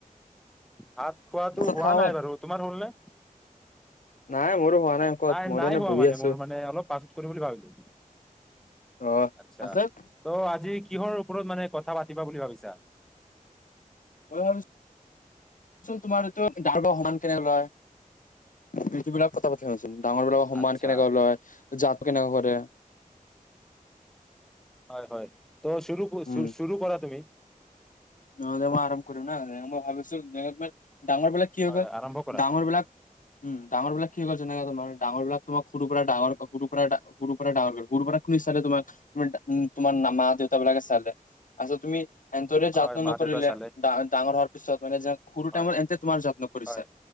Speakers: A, in the centre; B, on the left (about 65°).
A: ভাত খোৱাাটো
B: ভাত চাত
A: হোৱা
B: খাৱা হ'ল?
A: নাই বাৰু, তোমাৰ হ'ল নে?
B: নাই মোৰো হোৱা ক'ত
A: নাই-
B: মোৰো
A: নাই
B: এনে
A: হোৱা
B: বহি
A: মানে,
B: আছো।
A: মোৰ মানে অলপ পাছত কৰিম বুলি ভাবিলো,
B: অ
A: আচ্ছাঁ,
B: পাছত
A: ত' আজি কিহৰ ওপৰত মানে কথা পাতিবা বুলি ভাবিছা?
B: মই ভাবিছোঁ চোন তোমাৰ <unintelligible> সমান কেনে লয়। ডাঙৰ বিলাকৰ সন্মান
A: আচ্ছা
B: কেনেকৈ লয় জাত কেনেকা কৰে।
A: হয়- হয়। ত'
B: উম
A: চু-চুৰু কৰা তুমি।
B: নহ'লে মই আৰাম কৰোঁ না, নে মই ভাব <unintelligible> ডাঙৰ বিলাক কি হৈ
A: হয়
B: গ'ল,
A: হয় আৰম্ভ কৰা
B: ডাঙৰ বিলাক। উম', ডাঙৰ বিলাক কি কৰিছে এনেকা তোমাৰ, ডাঙৰ বিলাক তোমাক সৰুৰ পৰা ডাঙৰ সৰু পৰা সৰুৰ পৰা ডাঙৰ কৰে সৰু পৰা কোন ষ্টাইলত তোমাক তমাৰ উম তোমাৰ মা-মা দেউতাবিলাকে চালে, পিছত তুমি এ তৰি যত্ন
A: হয় মা
B: নকৰিলে
A: দেউতা চালে
B: ডা ডাঙৰ হোৱাৰ ত পিছত মানে সৰু
A: হয়
B: টাইমত এন্ত তোমাৰ যত্ন কৰিছা
A: হয়